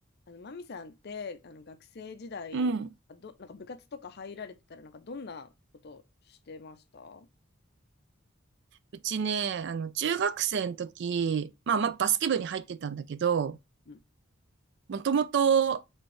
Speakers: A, on the left; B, on the right.
A: あの、マミさんって、あの、学生時代、
B: うん。
A: あど、なんか部活とか入られてたら、なんかどんなことしてました
B: うちね、あの、中学生の時、まあまあバスケ部に入ってたんだけど、
A: うん。
B: もともと